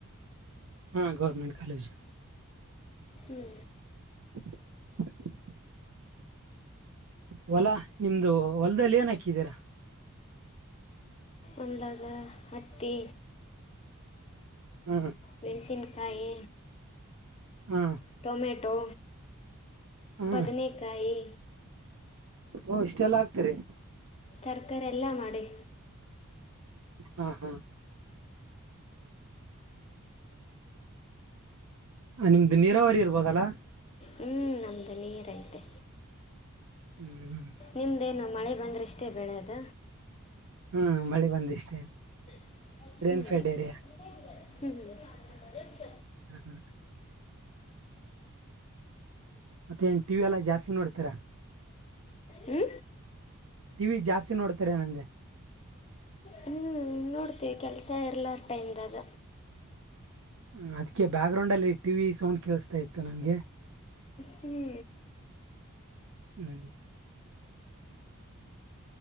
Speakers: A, on the right; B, on the left.
A: ಹಾ ಗೌರ್ಮೆಂಟ್ ಕಾಲೇಜ್
B: ಹ್ಞೂ
A: <inaudible> ಹೊಲ ನಿಮ್ದು ಹೊಲದಲ್ಲಿ ಏನ್ ಹಾಕಿದೀರಾ,
B: ಒಲ್ದಾಗ ಹತ್ತಿ
A: ಹ್ಮ
B: ಮೆಣಸಿನಕಾಯಿ
A: ಹಾ
B: ಟೊಮೆಟೊ
A: ಹ್ಮ್
B: ಬದನೆಕಾಯಿ
A: ಓ ಇಷ್ಟೆಲ್ಲಾ ಆಗ್ತರಿ.
B: ತರಕಾರಿ ಎಲ್ಲ ಮಾಡಿ.
A: ಹಾ ಹಾ ನಿಮ್ದು ನೀರಾವರಿ ಇರ್ಬೋದಲ್ಲ.
B: ಹ್ಞೂ ನಮ್ಮದು ನೀರೈತೆ
A: ಹ್ಮ್
B: ನಿಮ್ದೇನು ಮಳೆ ಬಂದ್ರಷ್ಟೇ ಬೆಳೆಯದ
A: ಹ್ಮ್ ಮಳೆ ಬಂದಿಷ್ಟೇ.
B: ಹ್ಮ್
A: ರೇನ್ ಫೆಡ್ ಏರಿಯಾ
B: ಹ್ಮ್್ಮ
A: ಹ್ಮ್ ಹ್ಮ್ ಮತ್ತೆ ಏನ್ ಟಿವಿ ಎಲ್ಲಾ ಜಾಸ್ತಿ ನೋಡ್ತಾರಾ
B: ಹ್ಞೂ
A: ಟಿವ ವಿ ಜಾಸ್ತಿ ನೋಡ್ತಾರೆ ನ
B: ಹ್ಞೂ ನೋಡ್ತೀವಿ ಕೆಲಸ ಇರ್ಲ್ಲ ಟೈಮ್ದಾಗ
A: ಹ ಅದ್ಕ್ಕೆ ಬ್ಯಾಕ್ ಗ್ರೌಂಡ್ಲ್ಲಿ ಟಿವಿ ಸೌಂಡ್ ಕೇಳಿಸತಾ ಇತ್ತು ನಮ್ಗೆ
B: ಹ್ಞೂ
A: ಹ್ಮ್